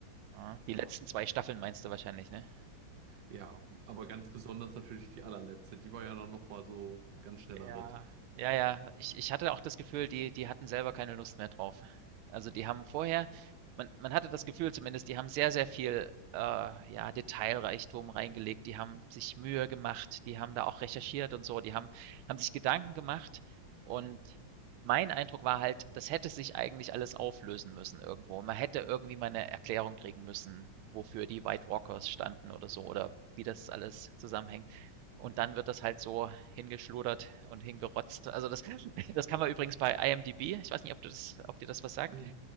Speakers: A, on the right (about 85°); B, on the right (about 65°).
A: Ah, Die
B: Ja,
A: letzten zwei Staffeln meinst du wahrscheinlich, ne?
B: ja. Aber ganz besonders natürlich die allerletzte. Die war ja dann noch mal so ein ganz schneller
A: Ja,
B: Ritt.
A: ja, ja. Ich ich hatte auch das Gefühl, die die hatten selber keine Lust mehr drauf. Also, die haben vorher man man hatte das Gefühl zumindest, die haben sehr, sehr viel, äh, ja, Detailreichtum reingelegt. Die haben sich Mühe gemacht, die haben da auch recherchiert und so. Die haben haben sich Gedanken gemacht und mein Eindruck war halt, das hätte sich eigentlich alles auflösen müssen irgendwo. Man hätte irgendwie mal eine Erklärung kriegen müssen, wofür die White Walkers standen oder so oder wie das alles zusammenhängt. Und dann wird das halt so hingeschludert und hingerotzt. Also das <laughs> das kann man übrigens bei IMDb ich weiß nicht, ob du das ob dir das was sagt.
B: Hm.